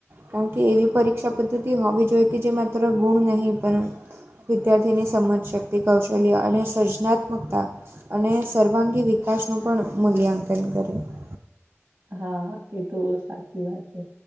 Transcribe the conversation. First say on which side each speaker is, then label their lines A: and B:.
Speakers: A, on the right; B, on the right.
A: કારણ કે એવી પરીક્ષા પદ્ધતિ હોવી જોઈએ કે જે માત્ર ગુણ નહીં- - પણ વિદ્યાર્થીની સમજ શક્તિ કૌશલ્ય અને સર્જનાત્મકતા- - અને સર્વાંગી વિકાસનું પણ મૂલ્યાંકન કરે- -
B: હા એ તો સાચી વાત છે